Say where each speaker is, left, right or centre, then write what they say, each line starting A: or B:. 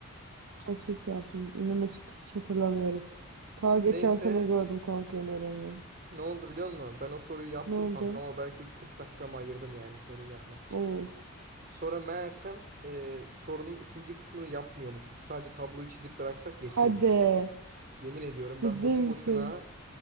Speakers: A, on the right; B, on the right.
A: Ofis yaptım. İnan hiç, hiç hatırlamıyorum. Ta geçen
B: Neyse
A: sene gördüm kanka önerimi.
B: ne oldu biliyor musun? Ben o soruyu yaptım
A: Ne oldu?
B: kanka ama belki 40 dakikamı ayırdım yani soruyu yapmak için.
A: Of.
B: Sonra meğersem ee, sorunun ikinci kısmını yapmıyormuşuz. Sadece tabloyu çizip bıraksak yetiyormuş.
A: Hadi.
B: Yemin ediyorum
A: Ciddi
B: ben boşu
A: misin?
B: boşuna